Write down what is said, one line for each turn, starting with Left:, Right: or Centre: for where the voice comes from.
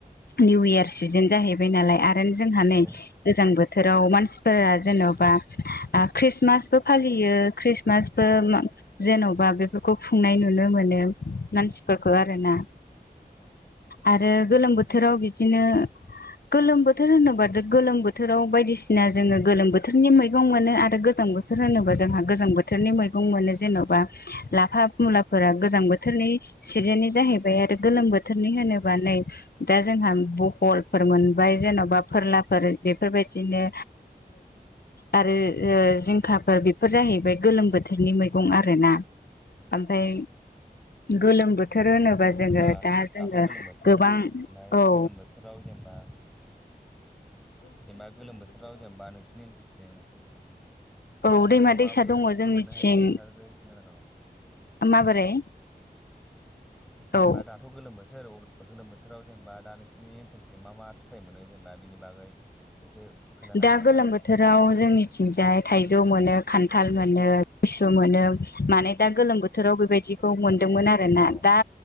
Left: निउ इयार सिजोन जाहैबाय बाय नालाय आरो जोंहा नै
Centre: औ
Left: गोजां बोथोराव मानसि जेन'बा खृष्मासबो फालियो खृस्मास बो जेन'बा बेफोरखौ खुंनाय नुनो मोनो मानसिफोरखौ आरोना
Centre: <inaudible>
Left: आरो गोलोम बोथोराव बिदिनो गोलोम बोथोर होनोबााथ गोलोम बोथोराव बायदिसिना जोङो गोलोम बोथोरनि मैगं मोनो आरो गोजां बोथोर होनोबा जोंहा गोजां बोथोर बोथोरनि मैगं मोनो जेन'बा लाफा मुलाफोरा गोजां बोथोरनि सिजेननि जाहैबाय आरो गोलोम बोथोरनि होनोबा नै दा जोंहा बहलफोर मोनबाय जेन'बा फोरलाफोर बेफोरबायदिनो आरो ओ जिं खाफोर बेफोर जाहैबाय गोलोम बोथोरनि मैगं आरो ना ओमफाय गोलोम बोथोर बोथोर होनोबा जोङो
Centre: होमबा
Left: दा
Centre: दाथ'
Left: जोङो
Centre: गोलोम बोथोर
Left: गोबां
Centre: ओमफ्राय
Left: औ
Centre: गोलोम बोथोराव जेनेबा <inaudible> जेनेबा गोलोम बोथोराव जेनेबा नोंसोरनि ओनसोलथिं
Left: औ दैमा
Centre: मा मा
Left: दैसा
Centre: बाय
Left: दङ
Centre: फिथाइ
Left: जोंनिथिं
Centre: मोननो हायो बेनिफागै खोन्था <unintelligible>
Left: माबोरै
Centre: जेनेबा
Left: औ
Centre: दाथ' गोलोम बोथोर गोलोम बोथोराव जेनेबा दा नोंसिनि ओनसोलथि मा मा फिथाइ मोनो जेनेबा बेनि बागै एसे खोन्थानो हागोन
Left: दा
Centre: नामा
Left: गोलोम बोथोराव जोंनिथिंजाय थाइजौ मोनो खान्थाल मोनो लेसु मोनो माने दा गोलोम बोथोराव बेबायदिखौ मोनदोंमोन आरोना।
Centre: औ उम
Left: दा